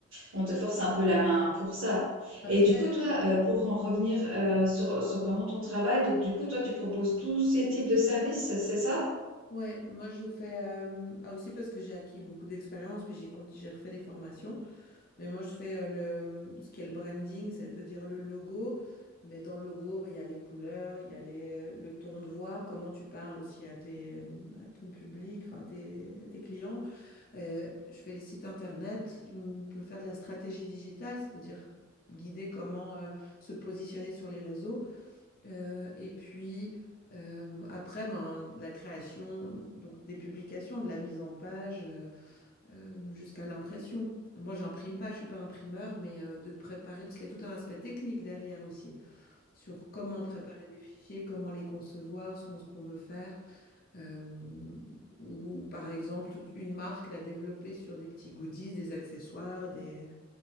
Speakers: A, on the right; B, on the left.
A: on te force un peu la main pour ça.
B: après,
A: Et du coup, toi, euh, pour en revenir euh, sur, sur vraiment ton travail, donc du coup, toi, tu proposes tous ces types de services, c'est ça?
B: ouais, moi, je fais euh, ah, aussi parce que j'ai acquis beaucoup d'expérience, puis j'ai cont- j'ai refait des formations. Mais moi, je fais euh, le, ce qui est le branding, ça veut dire le logo. Mais dans le logo, bah, il y a les couleurs, il y a les, le ton de voix, comment tu parles aussi à, tes, à ton public, enfin, tes, à tes clients. Euh, je fais les sites internet, je m- peux faire de la stratégie digitale, ça veut dire guider comment euh, se positionner sur les réseaux. Euh, et puis euh, après, ben, la création donc des publications, de la mise en page euh, euh, jusqu'à l'impression. Moi, j'imprime pas, je suis pas imprimeur, mais euh, de préparer, parce qu'il y a tout un aspect technique derrière aussi, sur comment préparer des fichiers, comment les concevoir selon ce qu'on veut faire. Euh, ou par exemple, toute une marque l'a développée sur des petits goodies, des accessoires, des,